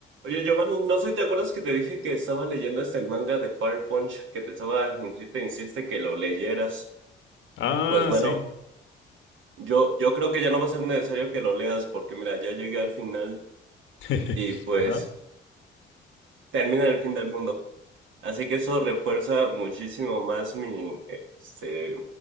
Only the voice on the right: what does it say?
Oye, Giovanni, no sé si te acuerdas que te dije que estaba leyendo este manga de Fire Punch, que te estaba, insiste, insiste que lo leyeras.
Pues bueno,
yo, yo creo que ya no va a ser necesario que lo leas, porque mira, ya llegué al final
y pues
termina el fin del mundo. Así que eso refuerza muchísimo más mi, este,